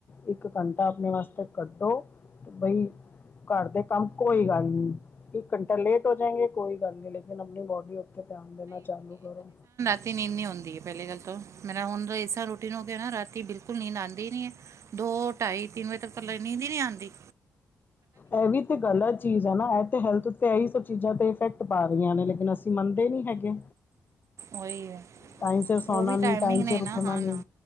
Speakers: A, on the left; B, on the right.
A: ਇੱਕ ਘੰਟਾ ਆਪਣੇ ਵਾਸਤੇ ਕੱਢੋ ਤੇ ਬਈ ਘਰਦੇ ਕੰਮ ਕੋਈ ਗੱਲ ਨੀ ਇੱਕ ਘੰਟਾ ਲੇਟ ਹੋ ਜਾਏਗੇ ਕੋਈ ਗੱਲ ਨਹੀਂ ਲੇਕਿਨ ਆਪਣੀ ਬੋਡੀ ਉੱਥਤੇ ਧਿਆਨ ਦੇਣਾ ਚਾਲੂ ਕਰੋ।
B: ਰਾਤੀ ਨੀਂਦ ਨੀ ਆਉਦੀ ਪਹਿਲੀ ਗੱਲ ਤੋਂ ਮੈਂ ਹੁਣ ਇਸ ਤ ਰੋਟੀ ਨੂੰ ਨਾ ਰਾਤਿ ਬਿਲਕੁ ਨੀਂਦ ਆਉਂਦੀ ਹੀ ਨੀ ਹੈ। ਦੋ ਢਾਈ ਤਿੰਨ ਵਜੇ ਤੱਕ ਇਕੱਲ ਨੀਂਦ ਹੀ ਨੀ ਆਉਂਦੀ।
A: ਇਹ ਵੀ ਤੇ ਗੱਲਤ ਅ ਚੀਜ਼ ਹੈ ਨਾ ਇਹ ਹੈਲਥ ਤੇ ਇਹੀ ਸਭ ਚੀਜ਼ਾਂ ਤੇ ਇਫੈਕਟ ਪਾ ਰਹੀਆਂ ਨੇ ਲੇਕਿਨ ਅਸੀਂ ਮੰਨਦੇ ਨੀ ਹੈਗੇ।
B: ਉਹੀ ਹੈ
A: ਟਾਈਮ ਸਿਰ ਸੌਣਾ
B: ਉਹ ਵੀ
A: ਨਹੀਂ
B: ਟਾਈਮਿੰਗ
A: ਟਾਈਮ
B: ਨੇ
A: ਸਿਰ
B: ਨਾ
A: ਉੱਠਣਾ
B: ਹਾ
A: ਨਹੀਂ
B: ਨਾ